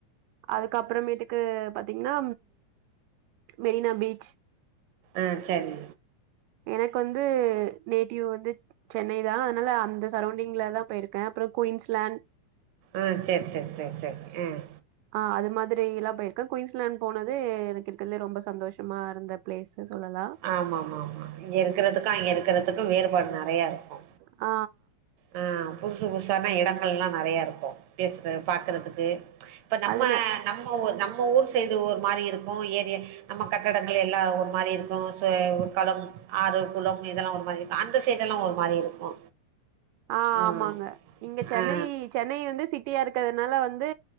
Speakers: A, on the right; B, on the right.
A: அதுக்கப்பறமேட்டுக்கு பாத்தீங்னா மெரினா பீச்
B: அ சரி
A: எனக்கு வந்து நேட்டிவ் வந்து சென்னை தா அதனால அந்த சரௌண்டிங்ல தா போயிர்க்கே அப்றொ குயின்ஸ்லாண்ட்
B: ஆ சேர் சேர் சேர் சேர் ம்
A: ஆ அது மாதிரிலா போயிர்க்கே குயின்ஸ்லேண்ட் போனது எனக்கு இருக்கிறது ல ரொம்ப சந்தோஷமா இருந்த பிளேஸுனு சொல்லலா
B: ஆம ஆமா ஆமா இங்க இருக்கறதுக்கு அங்கே இருக்கறதுக்கு வேறுபாடு நெறையா இருக்கு
A: ஆ
B: ஆ புதுசு புதுசானா எடங்கள்லா நெறையாருக்கு பேசுறது பாக்குறதுக்கு இப்போ நம்ம
A: அது
B: நம்ம ஊர் நம்ம ஊர் சைடு ஒரு மாரி இருக்கு ஏரியா நம்ம கட்டடங்கள் எல்லா ஒரு மாரி இருக்கு சொ ஒரு களம் ஆறு குளம் இதெல்லா ஒரு மாரிருக்கு அந்த சைடல்லா ஒரு மாரி இருக்கு
A: ஆ
B: ம்
A: ஆமாங்க இங்க சென்னை
B: ஆ
A: சென்னை வந்து சிட்டியா இருக்றதுனால வந்து